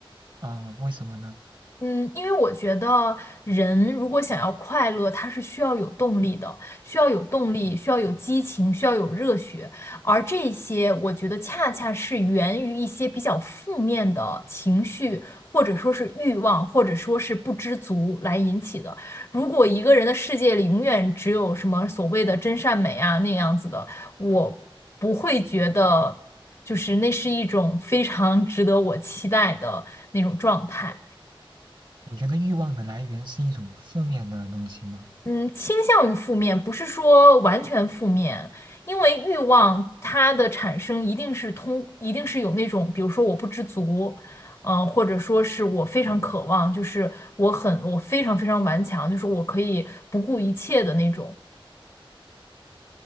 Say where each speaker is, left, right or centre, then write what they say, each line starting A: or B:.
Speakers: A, on the right; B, on the left.
A: 嗯，为什么呢？
B: 嗯，因为我觉得人如果想要快乐，他是需要有动力的，需要有动力，需要有激情，需要有热血。而这些，我觉得恰恰是源于一些比较负面的情绪，或者说是欲望，或者说是不知足来引起的。如果一个人的世界里永远只有什么所谓的真善美啊那样子的，我不会觉得就是那是一种非常 <laughs> 值得我期待的那种状态。
A: 你觉得欲望的来源是一种负面的东西吗？
B: 嗯，倾向于负面，不是说完全负面，因为欲望它的产生一定是通，一定是有那种，比如说我不知足，嗯、呃或者说是我非常渴望，就是我很，我非常非常顽强，就是我可以不顾一切的那种。